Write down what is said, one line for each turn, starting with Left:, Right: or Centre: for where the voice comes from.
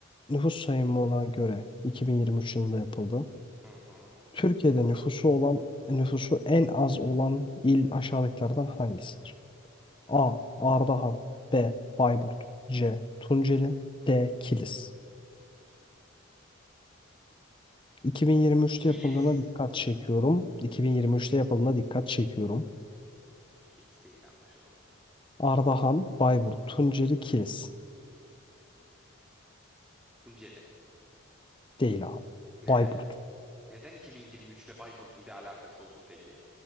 Left: nüfus sayımına göre 2023 yılında yapıldı.
Centre: Hı hı.
Left: Türkiye'de nüfusu olan nüfusu en az olan il aşağıdakilerden hangisidir? A.
Centre: Bakalım.
Left: Ardahan B. Bayburt C. Tunceli D. Kilis 2023'te
Centre: Kilis.
Left: yapıldığına dikkat çekiyorum. 2023'te yapıldığına dikkat çekiyorum.
Centre: Kilis değil anlaşılan.
Left: Ardahan, Bayburt, Tunceli, Kilis.
Centre: Tunceli.
Left: Değil abi.
Centre: Nere?
Left: Bayburt.
Centre: Neden iki bin yirmi üç ile Bayburt'un bir alakası olsun peki?